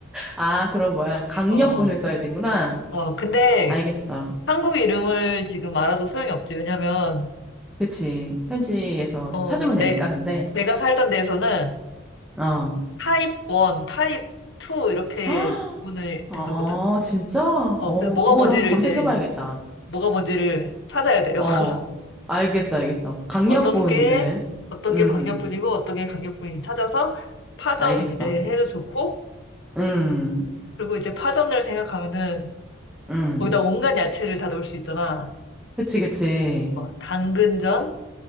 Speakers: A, in the centre; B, on the left.
A: 아, 그런 거야. 강력분을
B: 어, 어,
A: 써야 되는구나.
B: 어. 근데
A: 알겠어.
B: 한국 이름을 지금 알아도 소용이 없지. 왜냐면
A: 그치. 현지에서
B: 어,
A: 찾으면
B: 내
A: 되니까, 근데.
B: 내가 살던 데서는
A: 어.
B: 타입 1, 타입 2 이렇게
A: <gasps>
B: 구분을
A: 아,
B: 됐었거든?
A: 진짜?
B: 어,
A: 어,
B: 그래서 뭐가
A: 그거를
B: 뭔지를
A: 한번 검색해봐야겠다.
B: 이제, 뭐가 뭔지를 찾아야 돼요.
A: 어.
B: <laughs>
A: 알겠어, 알겠어. 강력분을.
B: 어떤 게, 어떤
A: 음,
B: 게 광역분이고, 어떤 게 강력분인지 찾아서 파전
A: 알겠어.
B: 이제 해도 좋고,
A: 음,
B: 그리고 이제 파전을 생각하면은
A: 음.
B: 거기다 온갖 야채를 다 넣을 수 있잖아.
A: 그치, 그치.
B: 어, 당근전,